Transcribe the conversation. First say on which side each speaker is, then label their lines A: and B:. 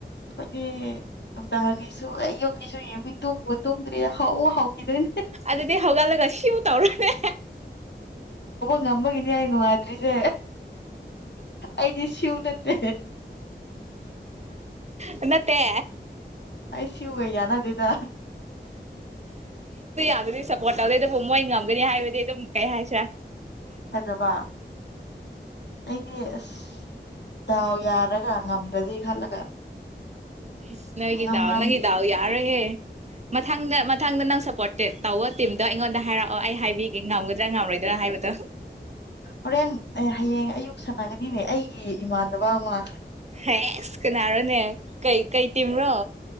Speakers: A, on the left; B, on the right.
A: ꯑꯩꯈꯣꯏꯗꯤ ꯅꯨꯡꯗꯥꯡ ꯍꯪꯉ ꯁ ꯑꯩꯌꯨ ꯑꯩꯁꯨ ꯌꯦꯡꯉ ꯇꯨꯝꯉ ꯇꯨꯝꯗ꯭ꯔꯦ ꯍꯥꯎꯑꯣ ꯍꯥꯎꯈꯤꯗꯣꯏꯅꯦ
B: ꯑꯗꯨꯗꯤ ꯍꯧꯒꯠꯂꯒ ꯁꯤꯎ ꯇꯧꯔꯅꯦ
A: ꯉꯝꯕꯒꯅꯤꯌꯥ ꯍꯥꯏ ꯅꯨꯅꯨꯡ ꯑ꯭ꯔꯤꯁꯦ ꯑꯗꯤ ꯁꯤ ꯎ ꯅꯠꯇ
B: ꯠꯇꯦ
A: ꯁꯤꯨ ꯀꯏ ꯌꯥꯅ ꯇꯤꯗ
B: ꯑꯗꯨꯗꯤ ꯁꯞꯄꯣꯔꯠ ꯇꯧꯗꯦ ꯑꯗꯨꯕꯨ ꯃꯣꯏ ꯉꯝꯒꯅꯤ ꯍꯥꯏꯕꯗꯤ ꯑꯗꯨꯝ ꯀꯩ ꯍꯥꯏꯁ꯭ꯔꯥ
A: ꯐꯖꯕ ꯑꯩꯗꯤ ꯑꯁ ꯗꯥꯎ ꯌꯥꯔꯒ ꯉꯝꯗ꯭ꯔꯗꯤ ꯈꯜꯂꯒ
B: ꯏꯁ ꯅꯪꯒꯤꯗꯎ
A: ꯉꯝꯔꯝ
B: ꯅꯪꯗꯎ ꯌꯥꯔ ꯍꯦ ꯃꯊꯪꯗ ꯃꯊꯪꯗ ꯅꯪ ꯁꯞꯄꯣꯔꯇꯦꯠ ꯇꯧꯕ ꯇꯤꯝꯗꯣ ꯑꯩꯉꯣꯟꯗ ꯍꯥꯏꯔꯛꯑꯣ ꯑꯣ ꯑꯩ ꯍꯥꯏꯕꯤꯒꯦ ꯉꯝꯒꯗ꯭ꯔꯥ ꯉꯝꯔꯣꯏꯗ꯭ꯔꯥ ꯍꯥꯏꯕꯗꯣ
A: ꯍꯣꯔꯦꯟ ꯑꯦ ꯍꯌꯦꯡ ꯑꯌꯨꯛ ꯁꯥꯟꯅꯒꯅꯤꯅꯦ ꯑꯩꯒꯤ ꯏꯃꯥꯟꯅꯕ ꯑꯃ
B: ꯑꯦ ꯏꯁ ꯀꯅꯥꯔꯣꯅꯦ ꯀꯩ ꯀꯩ ꯇꯤꯝ꯭ꯔꯣ